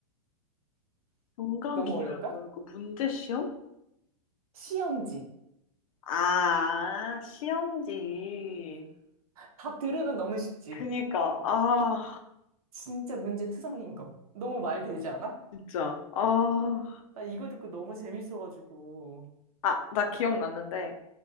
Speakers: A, on the left; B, on the right.
A: 중간
B: 너무
A: 기회를
B: 어려운가?
A: 보는 거, 문제 시험?
B: 시험지.
A: 아, 시험지.
B: 답 들으면 너무 쉽지.
A: 그니까, 아,
B: 진짜 문제 투성이인 거. 너무 말 되지 않아?
A: 진짜, 아,
B: 나 이거 듣고 너무 재밌어가지고.
A: 아, 나 기억났는데,